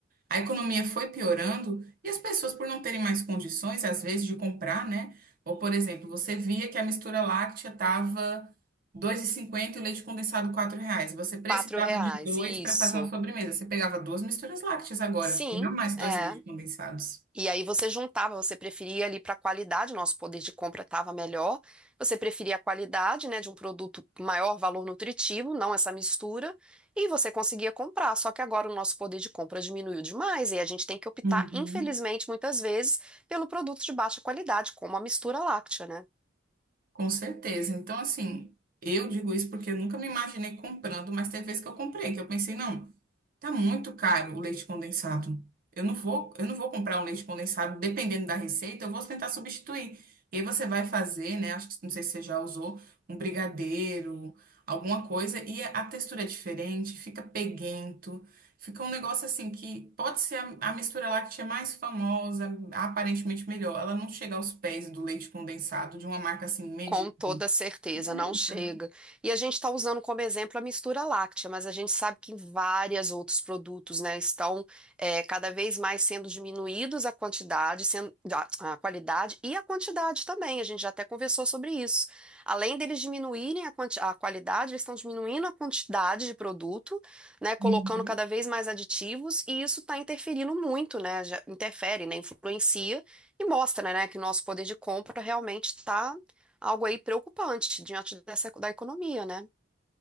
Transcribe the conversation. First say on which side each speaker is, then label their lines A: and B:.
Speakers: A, on the right; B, in the centre.
A: A economia foi piorando e as pessoas, por não terem mais condições, às vezes, de comprar, né? Ou, por exemplo, você via que a mistura láctea estava dois e cinquenta, e o leite condensado 4 reais. Você precisava
B: Quatro reais,
A: de dois
B: isso.
A: para fazer uma sobremesa. Você pegava duas misturas lácteas agora,
B: Sim,
A: e não mais dois
B: é.
A: leites condensados.
B: E aí você juntava, você preferia ali para a qualidade, nosso poder de compra estava melhor, você preferia a qualidade, né, de um produto com maior valor nutritivo, não essa mistura, e você conseguia comprar. Só que agora o nosso poder de compra diminuiu demais e a gente tem que optar,
A: Uhum.
B: infelizmente, muitas vezes, pelo produto de baixa qualidade, como a mistura láctea, né?
A: Com certeza. Então, assim, eu digo isso porque eu nunca me imaginei comprando, mas teve vezes que eu comprei, que eu pensei, não, tá muito caro o leite condensado. Eu não vou, eu não vou comprar um leite condensado, dependendo da receita, eu vou tentar substituir. E aí você vai fazer, né? Acho que não sei se você já usou um brigadeiro, alguma coisa, e a a textura é diferente, fica peguento. Fica um negócio assim que pode ser a, a mistura láctea mais famosa, aparentemente melhor. Ela não chega aos pés do leite condensado de uma marca assim medíocre.
B: Com toda certeza,
A: Também,
B: não chega.
A: né?
B: E a gente está usando como exemplo a mistura láctea, mas a gente sabe que vários outros produtos, né, estão eh, cada vez mais sendo diminuídos a quantidade, sendo, a, a qualidade e a quantidade também. A gente já até conversou sobre isso. Além deles diminuírem a, quanti- a qualidade, eles estão diminuindo a quantidade de produto, né, colocando
A: Uhum.
B: cada vez mais aditivos, e isso está interferindo muito, né, já interfere, né, influencia e mostra, né, que nosso poder de compra realmente está algo aí preocupante diante dessa, da economia, né?